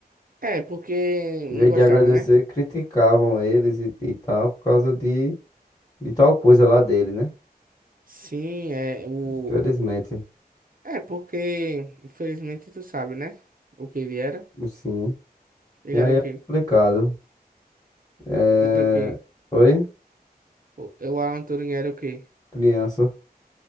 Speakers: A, on the right; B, on the left.
A: É, porque
B: Em
A: não
B: vez
A: gostava,
B: de agradecer,
A: né?
B: criticavam eles e, e tal, por causa de, de tal coisa lá dele, né?
A: Sim, é o.
B: Infelizmente.
A: É porque, infelizmente, tu sabe, né? O que ele era?
B: Sim.
A: Ele
B: E aí
A: era o quê?
B: é complicado. É...
A: Ele era o quê?
B: Oi,
A: O, o Alan Turing era o quê?
B: criança.